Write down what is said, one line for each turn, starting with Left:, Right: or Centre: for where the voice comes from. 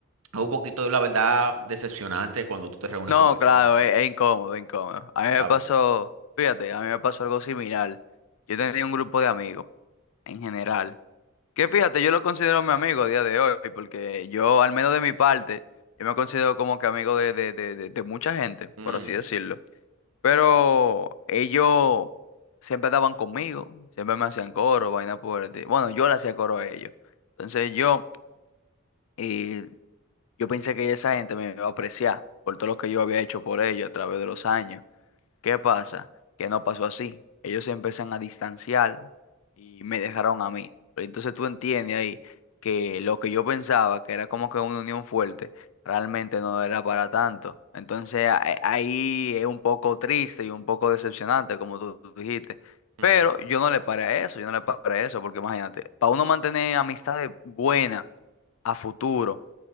Right: es un poquito, la verdad, decepcionante cuando tú te reúnes
Left: No,
Right: con personas
Left: claro,
Right: así.
Left: es, es incómodo, es incómodo. A mí me
Right: La
Left: pasó,
Right: verdad.
Left: fíjate, a mí me pasó algo similar. Yo tenía un grupo de amigos, en general, que fíjate, yo lo considero mi amigo a día de hoy, porque yo, al menos de mi parte, yo me considero como que amigo de, de, de, de de mucha gente,
Right: Ujú,
Left: por así decirlo. Pero ellos siempre daban conmigo, siempre me hacían coro, vaina por el esti- Bueno, yo le hacía coro a ellos. Entonces yo, eh, yo pensé que esa gente me iba a apreciar por todo lo que yo había hecho por ellos a través de los años. ¿Qué pasa? Que no pasó así. Ellos se empiezan a distanciar y me dejaron a mí. Pero entonces tú entiendes ahí que lo que yo pensaba, que era como que una unión fuerte, realmente no era para tanto. Entonces a- a- ahí es un poco triste y un poco decepcionante, como tú tú dijiste.
Right: ujú.
Left: Pero yo no le paré a eso, yo no le paré a eso, porque imagínate, para uno mantener amistades buenas a futuro